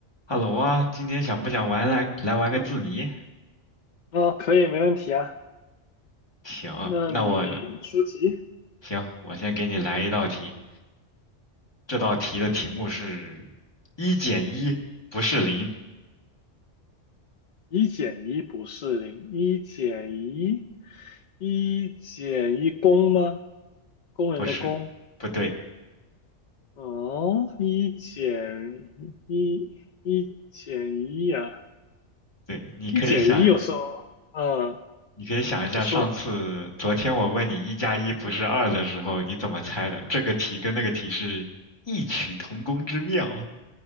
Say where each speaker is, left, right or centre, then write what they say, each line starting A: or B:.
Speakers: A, on the left (about 20°); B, on the left (about 65°).
A: 哈喽啊，今天想不想玩来来玩个字谜？
B: 啊，可以，没问题啊。
A: 行，
B: 那你出题，
A: 那我行，我先给你来一道题。这道题的题目是一减一不是零，
B: 一减一不是零，一减一，一减一工吗？工人的工。
A: 不是，不对，
B: 哦，一减一，一减一呀、
A: 对，你可以想，
B: 一减一有时候，嗯，
A: 你可以想一下，
B: 你说
A: 上次昨天我问你一加一不是二的时候，你怎么猜的？这个题跟那个题是异曲同工之妙，